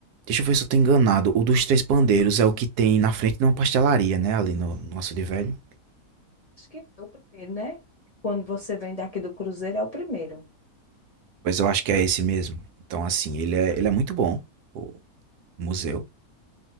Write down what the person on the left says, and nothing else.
Acho que é o primeiro, né? Quando você vem daqui do Cruzeiro, é o primeiro.